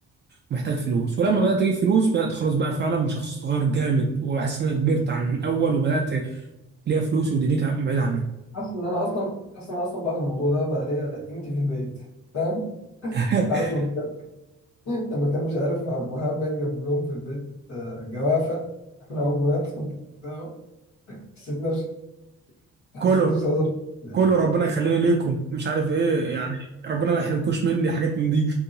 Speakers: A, on the right; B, on the left.
A: محتاج فلوس ولما بدات اجيب فلوس بدات خلاص بقى فعلا شخص صغير جامد وحاسس ان انا كبرت عن الاول وبدات ليا فلوس ودنيتي بعيد عنه
B: حاسس ان انا اصلا حاسس ان انا اصلا بعد الموضوع ده بقى ليا قيمتي في البيت فاهم
A: <laughs>
B: عارف لما كان <laughs> لما كان مش عارف عبد الوهاب باين جاب لهم في البيت آه، جوافه من اول مرتب بتاعه حسيت نفسي حسيت
A: كله
B: نفسي أزر يعني
A: كله ربنا يخليني ليكم مش عارف ايه يعني ربنا ما يحرمكوش مني حاجات من دي